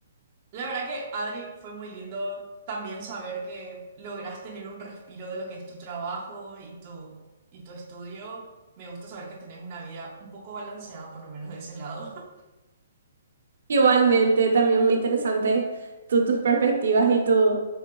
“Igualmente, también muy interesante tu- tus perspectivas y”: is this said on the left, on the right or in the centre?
Right